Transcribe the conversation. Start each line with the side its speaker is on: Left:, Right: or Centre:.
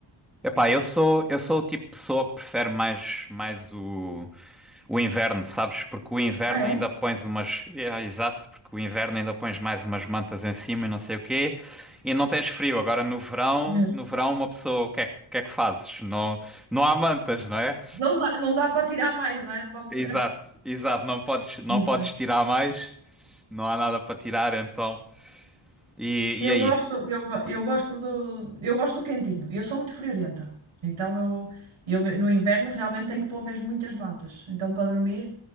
Centre: epá, eu sou, eu sou o tipo de pessoa que prefere mais, mais o. O inverno, sabes? Porque o inverno
Right: Ah, é?
Centre: ainda pões umas. É, exato, porque o inverno ainda pões mais umas mantas em cima e não sei o quê. E não tens frio. Agora no verão,
Right: Mesmo.
Centre: no verão uma pessoa, o que é, o que é que fazes? Não, não há mantas, não é?
Right: Não dá, não dá para tirar mais, não é? Não vamos...
Centre: Exato,
Right: a-
Centre: exato. Não podes,
Right: <laughs>
Centre: não podes tirar mais. Não há nada para tirar, então. E,
Right: Eu
Centre: e aí?
Right: gosto, eu, go- eu gosto do, eu gosto do quentinho. Eu sou muito friorenta. Então, eu, eu me- no inverno realmente tenho que pôr mesmo muitas mantas. Então, para dormir,